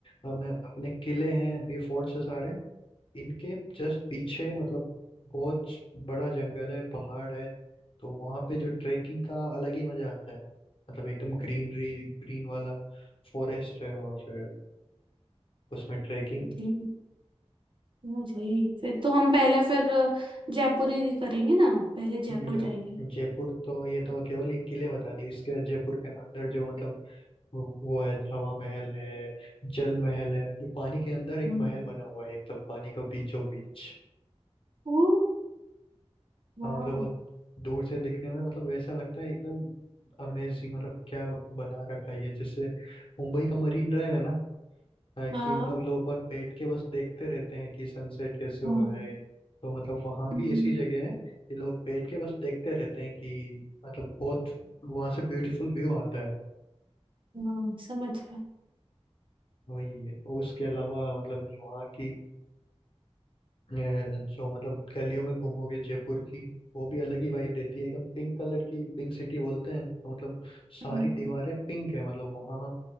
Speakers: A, on the left; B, on the right.
A: हम अपने किले हैं ये फोर्ट्स है सारे इनके जस्ट पीछे मतलब बहुत बड़ा जंगल है पहाड़ है तो वहाँ पे जो ट्रेकिंग का अलग ही मजा आता है मतलब एकदम ग्रीनरी ग्रीन वाला फॉरेस्ट है और फिर उसमें ट्रेकिंग
B: जी मुझे फिर तो हम पहले फिर जयपुर ही करेंगे ना पहले जयपुर
A: बिल्कुल
B: जाएंगे
A: जयपुर तो ये तो केवल ये किले बता दी इसके जयपुर के अंदर जो मतलब वो वो है हवा महल है जल महल है जो पानी के अंदर एक
B: हम्म
A: महल बना हुआ है एकदम पानी के बीचों बीच
B: ओ वाह
A: हाँ मतलब वो दूर से दिखने में मतलब ऐसा लगता है एकदम अमेजिंग मतलब क्या बना रखा है ये जैसे मुंबई का मरीन ड्राइव है ना अ,
B: हाँ
A: कि मतलब लोग वहाँ बैठ के बस देखते रहते हैं कि सनसेट कैसे हो
B: हम्म
A: रहा है तो मतलब वहाँ
B: हम्म,
A: भी ऐसी जगह है कि लोग बैठ के बस देखते रहते हैं कि मतलब बहुत वहाँ से ब्यूटीफुल व्यू आता है
B: हाँ समझ गए
A: वही है उसके अलावा मतलब वहाँ की अ, जो मतलब गलियों में घूमोगे जयपुर की वो भी अलग ही वाइब देती है एकदम पिंक कलर की पिंक सिटी बोलते हैं तो मतलब सारी
B: हम्म,
A: दीवारें पिंक है मतलब वहाँ